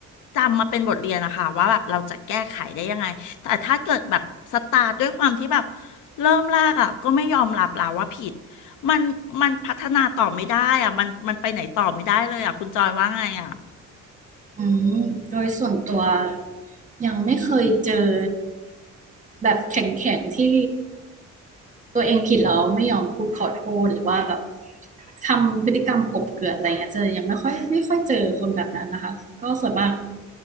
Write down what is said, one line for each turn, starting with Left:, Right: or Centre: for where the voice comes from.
Left: จำมาเป็นบทเรียนนะคะว่าแบบเราจะแก้ไขได้ยังไงแต่ถ้าเกิดแบบสตาร์ทด้วยความที่แบบเริ่มแรกอ่ะก็ไม่ยอมรับแล้วว่าผิด มันมันพัฒนาต่อไม่ได้อ่ะมันมันไปไหนต่อไม่ได้เลยอ่ะคุณจอยว่าไงอ่ะ
Right: อืมโดยส่วนตัวยังไม่เคยเจอ แบบแข็งๆที่ตัวเองผิดแล้วไม่ยอมพูดขอโทษหรือว่าแบบทำพฤติกรรมกลบเกลื่อนอะไรเงี้ยเจอยังไม่ค่อยไม่ค่อยเจอคนแบบนั้นนะคะก็ส่วนมาก